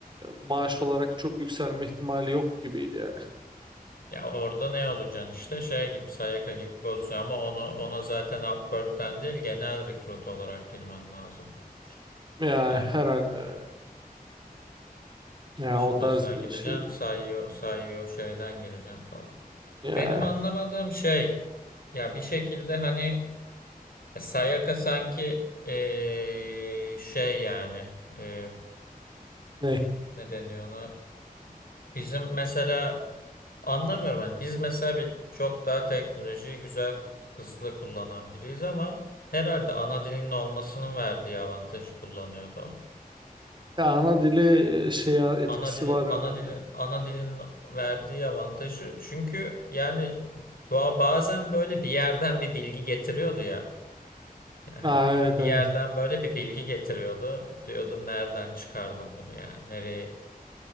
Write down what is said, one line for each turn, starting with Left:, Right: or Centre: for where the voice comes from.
Right: maaş olarak çok yükselme ihtimali yok gibiydi yani.
Left: Ya orada ne olacaksın işte şey gibi Sayaka gibi bozuyor ama onu ona zaten Upwork'ten değil genel recruit olarak girmen lazım.
Right: Ya
Left: ben
Right: herhalde ya
Left: şimdi
Right: o tarz
Left: mesela
Right: bir
Left: gideceksin
Right: şey.
Left: sayıyor sayıyor şeyden gireceksin falan.
Right: Ya
Left: Benim anlamadığım şey ya bir şekilde hani e, Sayaka sanki eee, şey yani eee
Right: ne?
Left: ne deniyor ona Bizim mesela anlamıyorum yani biz mesela bir çok daha teknolojiyi güzel hızlı kullanan biriyiz ama herhalde ana dilinin olmasının verdiği avantajı kullanıyordu o.
Right: Ya ana dili şeye etkisi
Left: Ana dilin
Right: var
Left: ana
Right: herhalde.
Left: dilin ana dilin verdiği avantajı çünkü yani doğa bazen böyle bir yerden bir bilgi getiriyordu ya. <laughs> Yani
Right: Ha, evet
Left: bir
Right: evet.
Left: yerden böyle bir bilgi getiriyordu. Diyordun nereden çıkardın bunu yani nereye